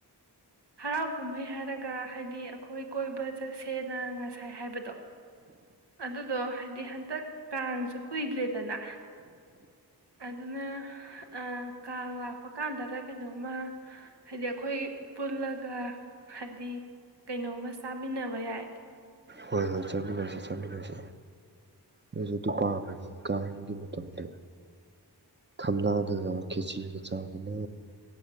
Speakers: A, on the right; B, on the right.
A: ꯍꯔꯥꯎ ꯀꯨꯝꯍꯩ ꯍꯥꯏꯔꯒ ꯍꯥꯏꯗꯤ ꯑꯩꯈꯣꯏ ꯀꯣꯏꯕ ꯆꯠꯁꯦꯅ ꯉꯁꯥꯏ ꯍꯥꯏꯕꯗꯣ ꯑꯗꯨꯗꯣ ꯍꯥꯏꯗꯤ ꯍꯟꯇꯛ ꯀꯥꯡꯁꯨ ꯀꯨꯏꯗ꯭ꯔꯦꯗꯅ ꯑꯗꯨꯅ ꯑ ꯀꯥꯡ ꯂꯥꯛꯄ ꯀꯥꯟꯗꯗ ꯀꯩꯅꯣꯝꯃ ꯍꯥꯏꯗꯤ ꯑꯩꯈꯣꯏ ꯄꯨꯜꯂꯛ ꯍꯥꯏꯗꯤ ꯀꯩꯅꯣꯝꯃ ꯆꯥ ꯆꯃꯤꯟꯅꯕ ꯌꯥꯏ
B: ꯍꯣꯏ ꯍꯣꯏ ꯆꯠꯃꯤꯟꯅꯁꯤ ꯆꯠꯃꯤꯟꯅꯁꯤ ꯅꯁꯨ ꯑꯗꯨ ꯄꯥꯝꯕꯅꯦ ꯀꯥꯡꯒꯤ ꯃꯇꯝꯗꯣ ꯊꯝꯅꯥꯗꯒ ꯈꯦꯆꯒ ꯆꯥꯒꯤꯅ